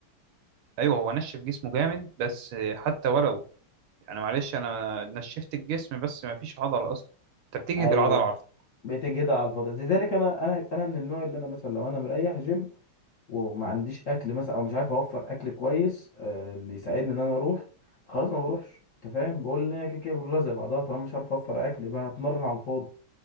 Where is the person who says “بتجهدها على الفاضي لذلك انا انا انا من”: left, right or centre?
Left